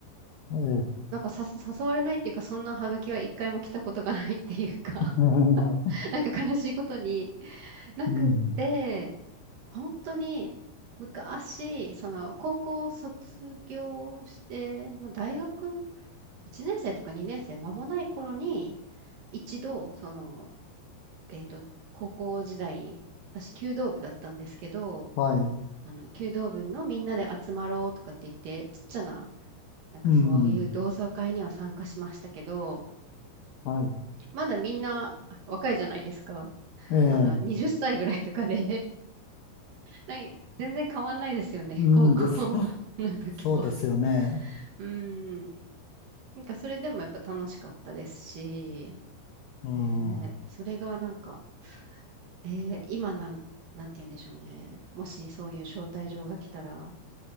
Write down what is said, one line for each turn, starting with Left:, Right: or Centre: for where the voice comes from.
Left: ええ、
Right: なんかさ誘われないっていうか、そんなハガキは一回も来たことがないっていうか、
Left: <laughs>
Right: <laughs> なんか悲しいことになくって、
Left: うん、
Right: 本当に昔、その高校を卒業して、まあ、大学1年生とか2年生間もない頃に、一度、その、えっと、高校時代、私、弓道部だったんですけど、
Left: はい、
Right: あの、弓道部のみんなで集まろうとかって言って、ちっちゃな、なんかそういう同窓会には参加しましたけど、
Left: うん、はい。
Right: まだみんなあ若いじゃないですか。
Left: ええ、
Right: あの、20歳ぐらいとかでなんか全然変わんないですよね、
Left: うんです。
Right: 高校 <laughs> の時とは。
Left: そうですよね。
Right: うん。なんかそれでもやっぱ楽しかったですし、
Left: うん、
Right: えーそれがなんか、
Left: う
Right: えー今なん、なんて言うんでしょうね。もしそういう招待状が来たら、